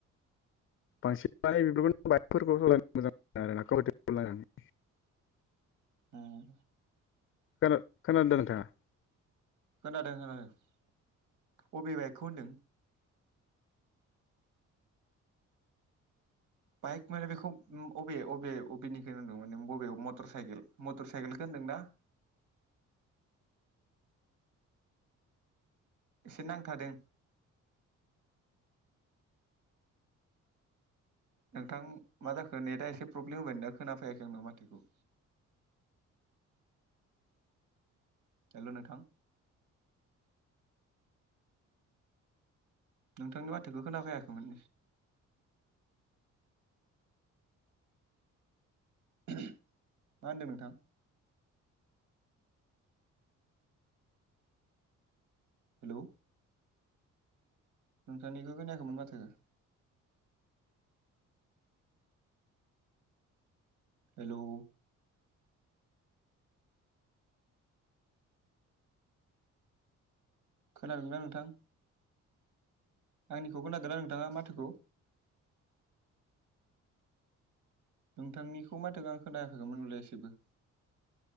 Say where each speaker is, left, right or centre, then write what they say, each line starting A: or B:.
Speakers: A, on the left (about 45°); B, on the right (about 75°).
A: नाय बेफोरखौनो बाइकफोरखौ सलायनो मोजां <unintelligible>
B: ओं
A: खोन खोनादों नोंथाङा
B: खोनादों खोनादों अबे बाइकखौ होनदों। बाइक माने बेखौ अबे अबे अबेनिखौ होनदों माने बबेयाव मटर साइकेल मटर साइकेलखौ होनदों ना एसे नांथादों। नोंथां मा जाखो नेटआ एसे प्रब्लेम होबाय दां खोनाफैायाखै आंनाव माथोखौ। हेल' नोंथां। नोंथांनि माथोखौ खोनाफैयाखैमोन। मा होनदों नोंथां। हेलौ। नोंथांनिखौ खोनायाखैमोन माथो हेलौ। खोनादों ना नोंथां। आंनिखौ खोनादोंना नोंथाङा माथोखौ। नोंथांनिखौ माथोखौ आं खोनायाखैमोन हले एसेबो